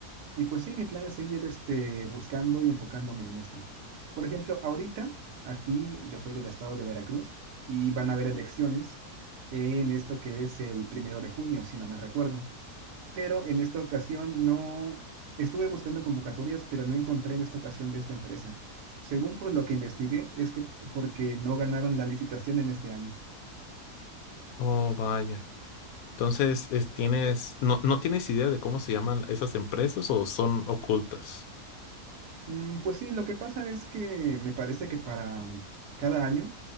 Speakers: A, on the right; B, on the left.
A: y pues sí, mi plan es seguir este, buscando y enfocándome en esto. Por ejemplo, ahorita aquí yo soy del estado de Veracruz y van a haber elecciones en esto que es el primero de junio, si no me recuerdo. pero en esta ocasión no estuve buscando convocatorias, pero no encontré en esta ocasión de esta empresa. Según por lo que investigué, es que p- porque no ganaron la licitación en este año.
B: Oh, vaya. Entonces, es- tienes, no, no tienes idea de cómo se llaman esas empresas o son ocultas.
A: Mm, pues sí, lo que pasa es que me parece que para cada año